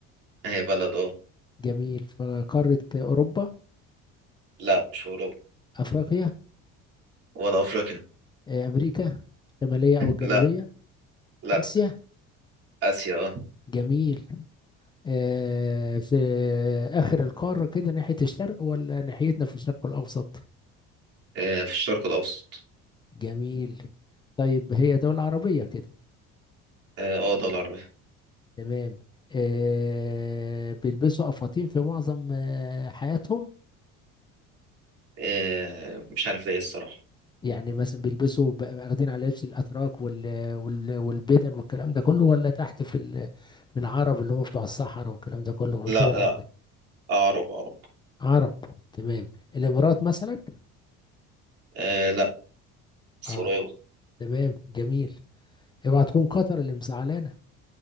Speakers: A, on the right; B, on the left.
A: هي بلد اه
B: جميل في قاره اوروبا
A: لا مش في اوروبا
B: افريقيا
A: ولا افريقيا
B: آه، امريكا الشماليه او الجنوبيه
A: لا لا
B: اسيا
A: اسيا اه
B: جميل آه، في اخر القاره كده ناحيه الشرق ولا ناحيتنا في الشرق الاوسط
A: آه، في الشرق الاوسط
B: جميل طيب هي دوله عربيه كده
A: اه آه، دولة عربية
B: تمام آه بيلبسوا افاطين في معظم آه حياتهم
A: آه مش عارف ده ايه الصراحة
B: يعني مثلا بيلبسوا ب- واخدين على لبس الاتراك وال وال والبدل والكلام ده كله ولا تحت في ال- في العرب اللي هو بتوع الصحراء والكلام ده كله والدول
A: لا
B: العربية
A: لا عرب عرب
B: عرب تمام الامارات مثلا
A: آه لا بس
B: اه
A: قريبة
B: تمام جميل اوعى تكون قطر اللي مزعلانه